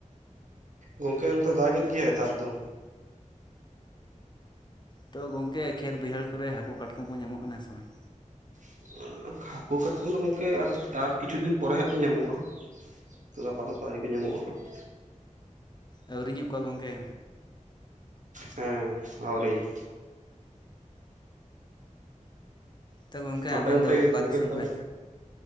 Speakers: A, on the right; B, on the left.
A: ᱜᱚᱢᱠᱮ ᱱᱚᱛᱮ ᱫᱟᱜ ᱮᱫ ᱜᱮᱭᱟᱭ ᱫᱟᱜ ᱫᱚ ᱾
B: ᱛᱚ ᱜᱚᱝᱠᱮ ᱠᱷᱮᱛ ᱵᱟᱹᱭᱦᱟᱹᱲ ᱠᱚᱨᱮ ᱦᱟᱹᱠᱩ ᱠᱟᱴᱠᱚᱢ ᱠᱚ ᱧᱟᱢᱚᱜ ᱠᱟᱱᱟ ᱥᱮ ᱵᱟᱝ?
A: <unintelligible> ᱦᱟᱹᱠᱩ ᱠᱟᱴᱠᱚᱢ ᱫᱚ ᱜᱚᱢᱠᱮ ᱟᱨ ᱠᱤᱪᱷᱩ ᱫᱤᱱ ᱯᱚᱨᱮ ᱦᱟᱸᱜ ᱠᱚ ᱧᱟᱢᱚᱜᱼᱟ ᱾ ᱱᱤᱛᱚ ᱫᱚ ᱟᱯᱟᱛᱚᱛᱚ ᱟᱣᱨᱤ ᱠᱚ ᱧᱟᱢᱚᱜᱼᱟ ᱦᱟᱸᱜ ᱾
B: ᱟᱹᱣᱨᱤ ᱧᱚᱜ ᱠᱚᱣᱟ ᱜᱚᱢᱠᱮ?
A: ᱦᱮᱸ ᱟᱹᱣᱨᱤ ᱾
B: ᱛᱚ ᱜᱚᱝᱠᱮ
A: ᱟᱯᱮ
B: ᱟᱵᱮᱱ
A: ᱚᱱᱛᱮ
B: ᱫᱚ
A: ᱜᱮ
B: ᱚᱠᱟ
A: ᱜᱚᱝᱠᱮ
B: ᱫᱤᱥᱚᱢ
A: ᱛᱟᱦᱚᱞᱮ?
B: ᱠᱷᱚᱡ